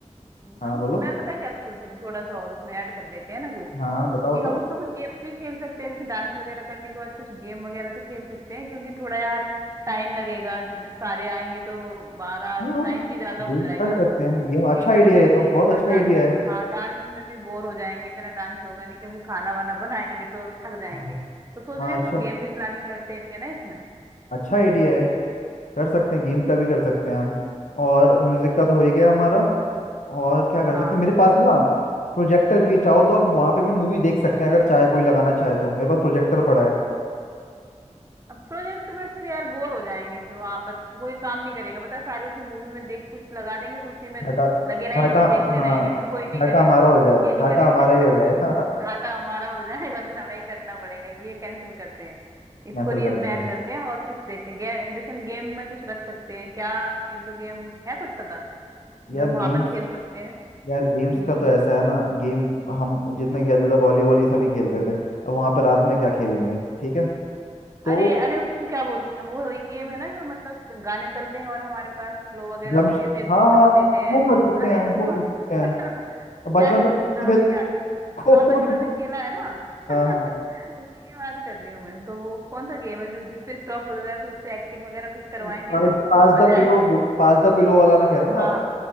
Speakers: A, on the left; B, on the right.
A: हाँ
B: हम
A: बोलो
B: मैं पता है क्या सोच रही हूँ थोड़ा सा और उसमें ऐड कर लेते हैं ना कुछ
A: हाँ हाँ बताओ
B: कि
A: बताओ
B: हम उसमें कुछ गेम्स भी खेल सकते हैं जैसे डांस वगैरह करने के बाद कुछ गेम वगैरह तो खेल सकते हैं क्योंकि थोड़ा यार टाइम लगेगा जब सारे आएंगे तो बारह
A: हाँ हाँ
B: टाइम भी ज्यादा
A: गेम
B: हो जाएगा
A: कर सकते हैं गेम अच्छा
B: केक
A: आइडिया
B: केक
A: है
B: कटने
A: ये तो बहुत
B: के बाद
A: अच्छा आइडिया
B: डांस
A: है
B: हाँ डांस में भी बोर हो जाएंगे इतना डांस होगा नहीं क्योंकि खाना वाना बनाएंगे तो थक जाएंगे
A: हाँ
B: तो सोच
A: हाँ,
B: रहे हैं
A: अच्छा
B: कुछ गेम भी प्लानिंग करते हैं ना इसमें
A: अच्छा आइडिया है कर सकते हैं गेम का भी कर सकते हैं हम और म्यूजिक का तो हो ही गया हमारा और क्या कर
B: हाँ
A: सकते हैं मेरे पास ना प्रोजेक्टर भी है चाहो तो आप वहाँ पे भी मूवी देख सकते हैं अगर चाहे कोई लगाना चाहे तो मेरे पास प्रोजेक्टर पड़ा है
B: अब प्रोजेक्ट में फिर यार बोर हो जाएंगे फिर वहां पर कोई काम नहीं करेगा पता है, सारे उसी मूवी में देख कुछ लगा देंगे तो उसी में
A: घाटा
B: लगे रहेंगे
A: घाटा
B: देखते
A: हाँ
B: रहेंगे फिर कोई नहीं
A: घाटा
B: करेगा
A: हमारा हो जाएगा
B: ये नहीं
A: घाटा
B: करेंगे
A: हमारा ही हो जाएगा
B: <laughs> घाटा हमारा हो जाएगा फिर हमें ही करना पड़ेगा ये कैंसिल करते हैं
A: <laughs>
B: इसको
A: कैंसिल
B: नहीं
A: कर
B: इसमें
A: देते
B: ऐड करते
A: हैं
B: हैं और कुछ देखते हैं गे, जैसे हम गेम में कुछ रख सकते हैं क्या एक दो गेम है कुछ पता
A: यार
B: जो हम वहां
A: गेम्स
B: पर खेल सकते हैं
A: यार गेम्स
B: हम्म
A: का तो ऐसा है ना गेम हम जितने खेलते थे वॉलीबॉल ये सभी खेलते थे अब वहाँ पे रात में क्या खेलेंगे ठीक है तो
B: अरे अरे उसको क्या बोलते हैं वो एक गेम है ना जो मतलब स- गाने चलते हैं और हमारे पास फ्लो वगैरह
A: धर्मश
B: होती है तो एक
A: हाँ
B: दूसरे
A: हाँ
B: को देते हैं
A: वो कर सकते
B: अरे
A: हैं वो
B: गो-
A: कर सकते हैं
B: <laughs>
A: अब बचपन
B: क्या है
A: में
B: उसका
A: तो
B: नाम
A: खेलते
B: नहीं आता
A: कोको
B: हाँ बचपन
A: नहीं खेल-
B: में खेला है ना
A: हाँ
B: <laughs>
A: हाँ
B: उसी की बात कर रही हूँ मैं तो वो कौन सा गेम है जो जिसपे स्टॉप होता है तो उससे एक्टिंग वगैरह कुछ करवाएंगे
A: Sir pass
B: ना
A: pass
B: तो मजा
A: the pillow
B: आएगा
A: pass the pillow वाला ना कह रहे हो ना
B: हाँ
A: आप